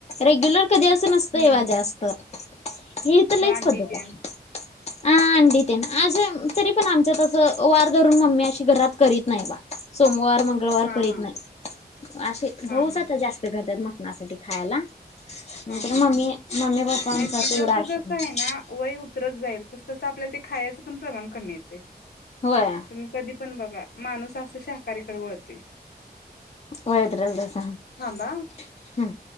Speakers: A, on the left; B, on the left.
A: रेग्युलर कधी अस नसत
B: हम्म
A: एव्हा
B: हम्म
A: जास्त- ह तर ल
B: मग
A: एकच
B: अंडी
A: पद्धत
B: तेन
A: आहे- ह अंडिते तरी पण आमच्यात- वार धरून म् अशी घरात करीत नाही सोमवार- मंगळवार
B: हा
A: करीत
B: हा
A: नाही असे
B: हा
A: भाऊच
B: हा
A: आता जास्त करतात मग- आ साठी खायला- नाहीतर
B: हा हा
A: मम्मी मम्मी पप्पांचा
B: नाहीकीि
A: तेवढा
B: जस
A: आशीर्वाद
B: जस आहे ना वय उतरत जाईल तस तस आपल्या ते- खायचं पण प्रमाण कमी येते.
A: होय.
B: तुम्ही कधी पण बघा माणूस अस शाकाहारीकडे वळत- ते
A: होत राल दसा हम्
B: थांबा